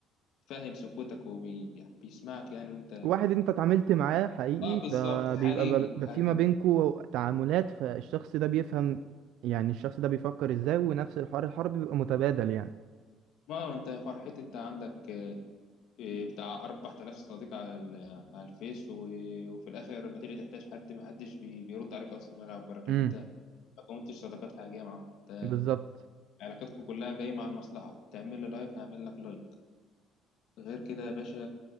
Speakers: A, on the left; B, on the right.
A: فاهم سكوتك وبيسمعك يعني وانت
B: واحد انت اتعاملت معاه حقيقي
A: اه بالظبط
B: فبيبقى
A: حقيقي
B: ب- ب-
A: حقيقي
B: في ما بينكوا تعاملات فالشخص ده بيفهم يعني الشخص ده بيفكر ازاي ونفس الحوار الحوار بيبقى متبادل يعني
A: ما هو انت يا فرحتي انت عندك آه، آه، بتاع 4000 صديق على ال- على الفيس و- وفي الاخر لما تيجي تحتاج حد ما حدش بي- بيرد عليك اصلا ولا يعبرك
B: امم
A: لان انت ما كونتش صداقات حقيقيه معاهم انت
B: بالظبط
A: علاقتكم كلها جايه مع المصلحه تعمل لي لايك هعمل لك لايك غير كده يا باشا